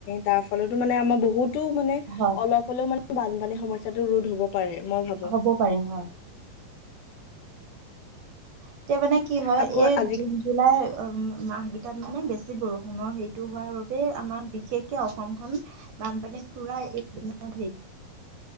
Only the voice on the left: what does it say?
তাৰ ফলতো মানে আমাৰ বহুতো মানে
অলপ হলেও মানে বানপানী সমস্যাটো ৰোধ হ'ব। পাৰে মই ভাবো।
আকৌ
আজি